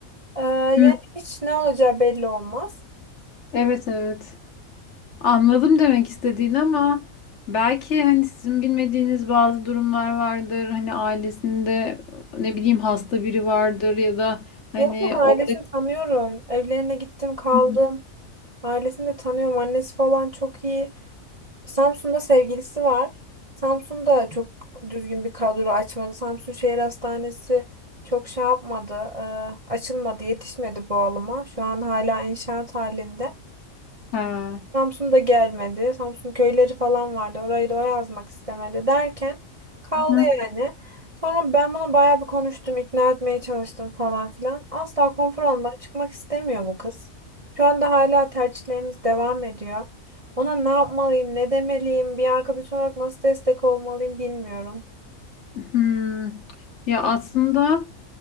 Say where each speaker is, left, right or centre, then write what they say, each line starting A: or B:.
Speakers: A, on the right (about 30°); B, on the left (about 55°).
A: E, yani
B: Hı.
A: hiç ne olacağı belli olmaz.
B: Evet evet. Anladım demek istediğini ama belki hani sizin bilmediğiniz bazı durumlar vardır. Hani ailesinde ne bileyim hasta biri vardır ya da hani
A: Yok yok ailesini
B: o
A: tanıyorum. Evlerine gittim kaldım.
B: <laughs>
A: Ailesini de tanıyorum. Annesi falan çok iyi. Samsun'da sevgilisi var. Samsun'da çok düzgün bir kadro açmadı. Samsun Şehir Hastanesi çok şey yapmadı. e, açılmadı, yetişmedi bu alıma. Şu an hala inşaat halinde.
B: ha.
A: Samsun da gelmedi. Samsun köyleri falan vardı. Orayı da o yazmak istemedi derken kaldı
B: Hı.
A: yani. Sonra ben bunu bayağı bir konuştum, ikna etmeye çalıştım falan filan. Asla konfor alanından çıkmak istemiyor bu kız. Şu anda hala tercihlerimiz devam ediyor. Ona ne yapmalıyım, ne demeliyim, bir arkadaş olarak nasıl destek olmalıyım bilmiyorum.
B: Hmm. Ya aslında